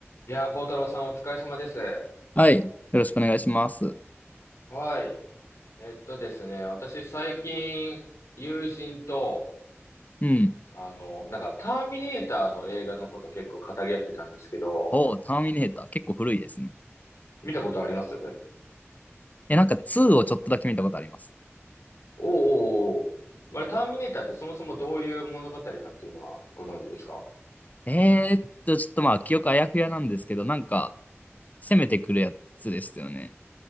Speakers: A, on the left; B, on the left.
A: いやー、幸太郎さんお疲れ様です。
B: はい。よろしくお願いします。
A: はい。えっとですね、私最近、友人と、
B: うん。
A: あの、なんか、ターミネーターの映画のこと結構語り合ってたんですけど、
B: おーターミネーター。結構古いですね。
A: 見たことありますおう
B: え、なんか2をちょっとだけ見たことあります。
A: おうおう。まあれ、ターミネーターってそもそもどういう物語かっていうのはご存知ですか
B: えーっと、ちょっとまあ、記憶あやふやなんですけど、なんか、攻めてくるやつですよね。